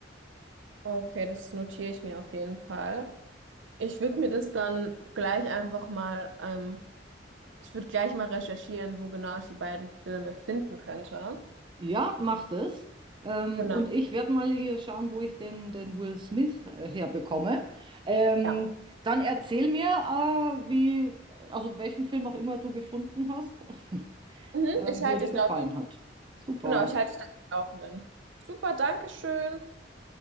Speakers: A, on the right; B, on the right.
A: Okay, das notiere ich mir auf jeden Fall. Ich würde mir das dann gleich einfach mal, ähm, ich würde gleich mal recherchieren, wo genau ich die beiden Filme finden könnte.
B: Ja, macht es. Ähm,
A: Genau.
B: und ich werde mal hier schauen, wo ich den, den Will Smith äh, herbekomme. Ähm,
A: Ja.
B: dann erzähl mir, äh, wie, also welchen Film auch immer du gefunden hast, <laughs>
A: Mhm,
B: ähm,
A: ich
B: wie
A: halte
B: er dir
A: dich
B: gefallen
A: da auf,
B: hat. Super.
A: genau, ich halte dich da auf den Laufenden. Super, Dankeschön.